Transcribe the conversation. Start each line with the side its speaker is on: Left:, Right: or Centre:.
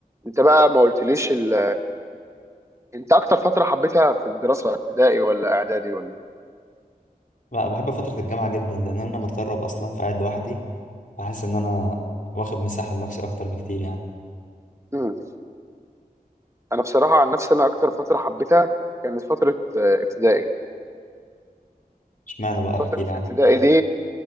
Right: انت بقى ما قلتليش ال... انت اكتر فتره حبيتها في الدراسه ابتدائي ولا اعدادي ولا
Left: لا بحب فترة الجامعة جدا لأن أنا متغرب أصلا فقاعد لوحدي فحاسس إن أنا واخد مساحة لنفسي أكتر بكتير يعني
Right: امم انا بصراحه عن نفسي انا اكتر فتره حبيتها كانت فتره آه، ابتدائي
Left: اشمعنى بقى أحكي
Right: فتره
Left: لي عنها
Right: ابتدائي دي